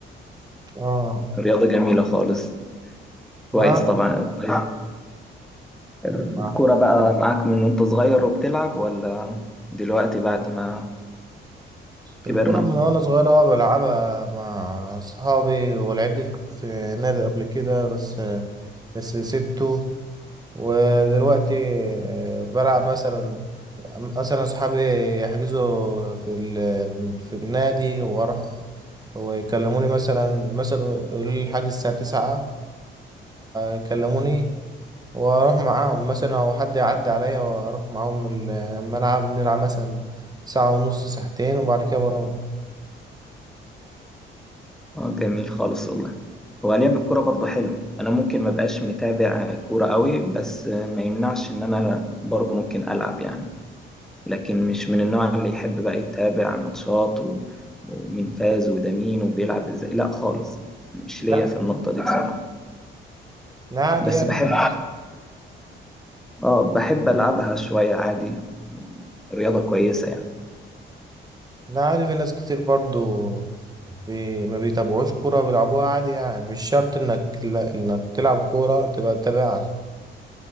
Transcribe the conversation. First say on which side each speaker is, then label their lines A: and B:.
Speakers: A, on the right; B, in the centre.
A: اه
B: رياضة جميلة خالص
A: ما
B: كويس طبعا طيب الكورة
A: انا
B: بقى معاك من وانت صغير وبتلعب ولا دلوقتي بعد ما
A: الكرة
B: كبرنا
A: من وأنا صغير أه بلعبها مع أصحابي ولعبت في نادي قبل كده بس بس سبته ودلوقتي آه، بلعب مثلا مثلا أصحابي يحجزوا في ال... في النادي وأروح ويكلموني مثلا مثلا يقولوا لي الحجز الساعة تسعة يكلموني وأروح معاهم مثلا أو حد يعدي عليا وأروح معاهم الملعب نلعب مثلا ساعة ونص ساعتين وبعد كده بروح.
B: اه جميل خالص والله هو لعب الكورة برضه حلو انا ممكن ما بقاش متابع كورة قوي بس ما يمنعش ان انا برضه ممكن العب يعني لكن مش من النوع اللي يحب بقى يتابع ماتشات و... ومين فاز وده مين وبيلعب ازاي لا خالص مش ليا
A: لا
B: في النقطة دي بصراحة
A: لا عادي
B: بس
A: يعني
B: بحب
A: في ناس
B: اه بحب العبها شوية عادي رياضة كويسة يعني
A: لا عادي في ناس كتير برضو بي... ما بيتابعوش كورة بيلعبوها عادي يعني مش شرط انك لا... انك تلعب كورة تبقى تتابعها